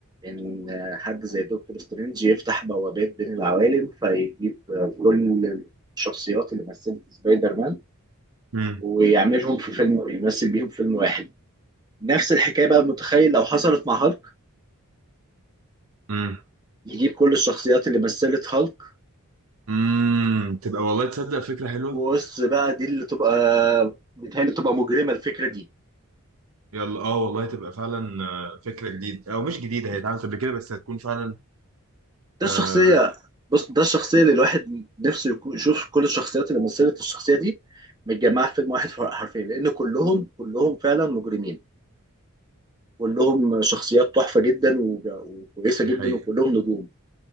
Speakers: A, on the right; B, on the right.
A: ان آه، حد زي دكتور سترينج يفتح بوابات بين العوالم فيجيب آه، كل الشخصيات اللي مثلت سبايدر مان
B: امم
A: ويعملهم في فيلم يمثل بيهم فيلم واحد نفس الحكايه بقى متخيل لو حصلت مع هالك
B: امم
A: يجيب كل الشخصيات اللي مثلت هالك
B: امم تبقى والله تصدق فكره حلوه
A: بص بقى دي اللي تبقى بيتهيألي تبقى مجرمة الفكرة دي
B: يلا اه والله تبقى فعلا آه، فكره جديده او مش جديده هي اتعملت قبل كده بس هتكون فعلا
A: ده
B: آه
A: الشخصية بص ده الشخصية اللي الواحد نفسه يكون- يشوف كل الشخصيات اللي مثلت الشخصية دي متجمعة في فيلم واحد حرفيا لأن كلهم كلهم فعلا مجرمين كلهم شخصيات تحفة جدا وج- وكويسة
B: دي
A: جدا
B: حقيقه
A: وكلهم نجوم